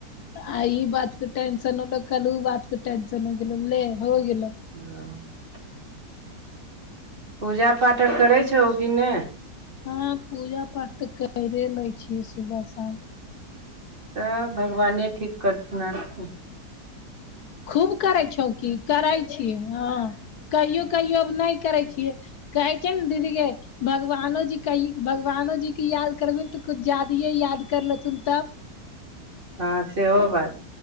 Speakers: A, on the left (about 65°); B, on the right (about 30°).
A: आ ई बात क टेंशन होलो कल उ बात क टेंशन होगेलौ ले हो गेलो।
B: <unintelligible> पूजा पाठ अर करै छौ कि ने।
A: हँ पूजा पाठ तऽ करे लै छियै सुबह शाम।
B: सब भगवाने ठीक करथुन आरके।
A: खूब करै छौ की? करै छिये ह। कहियो - कहियो नै करै छिये। कहै छै ने दीदी गे भगवानो जी कहि भगवानो जीके याद करबिन तऽ कुछ जादिये याद कर लेथुन तब?
B: हँ सेहो बात